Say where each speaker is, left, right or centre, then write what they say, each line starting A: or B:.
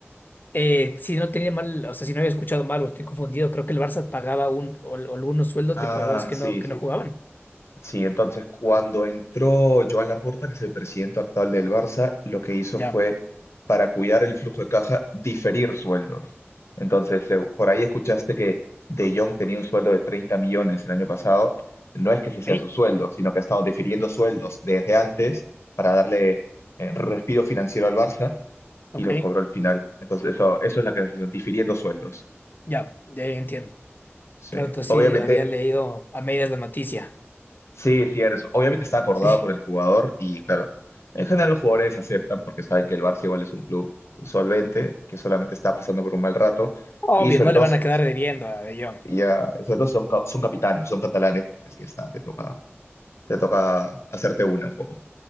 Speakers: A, on the left; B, on the left.
A: Eh, si no tenía mal, o sea, si no había escuchado mal o estoy confundido, creo que el Barça pagaba un, o- o algunos sueldos
B: Ah,
A: de jugadores que
B: sí,
A: no, que
B: sí.
A: no jugaban.
B: Sí, entonces cuando entró Joan Laporta, que es el presidente actual del Barça, lo que hizo
A: Ya.
B: fue, para cuidar el flujo de caja, diferir sueldos. Entonces, eh, por ahí escuchaste que De Jong tenía un sueldo de 30 millones el año pasado. No es que ese sea
A: ¿Sí?
B: su sueldo, sino que ha estado difiriendo sueldos desde antes para darle eh, respiro financiero al Barça
A: Ok.
B: y los cobró al final. Entonces, eso, eso es la clasificación, difiriendo sueldos.
A: Ya. Ya entiendo.
B: Sí.
A: Claro, tú sí
B: Obviamente,
A: había leído a medias la noticia.
B: Sí, sí, eso. Obviamente está acordado
A: Sí,
B: por el jugador y claro, en general los jugadores aceptan porque saben que el Barça igual es un club solvente, que solamente está pasando por un mal rato
A: obvio,
B: y sobre
A: no
B: todo,
A: le van
B: s-
A: a quedar debiendo a De Jong,
B: ya, sobre todo son, ca- son capitanes, son catalanes, pues ya está, te toca, te toca hacerte una un poco.